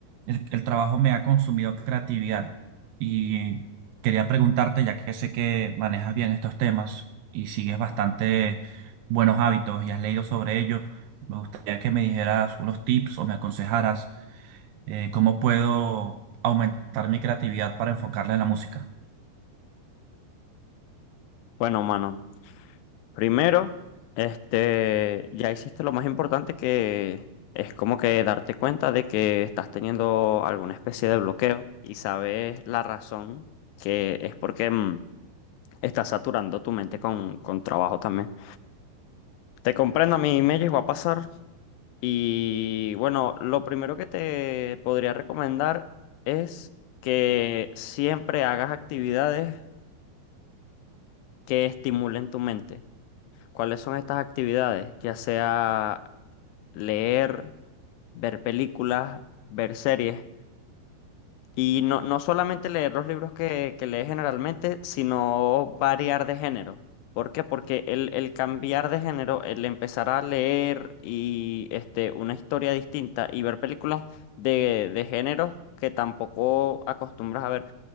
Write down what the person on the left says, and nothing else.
Bueno, mano, primero, este, ya hiciste lo más importante que es como que darte cuenta de que estás teniendo alguna especie de bloqueo y sabes la razón que es porque mm, estás saturando tu mente con, con trabajo también. Te comprendo, a mí me llegó a pasar y bueno, lo primero que te podría recomendar es que siempre hagas actividades que estimulen tu mente. ¿Cuáles son estas actividades? Ya sea leer, ver películas, ver series. Y no, no solamente leer los libros que, que lees generalmente, sino variar de género. ¿Por qué? Porque el, el cambiar de género, el empezar a leer y este, una historia distinta y ver películas de, de géneros que tampoco acostumbras a ver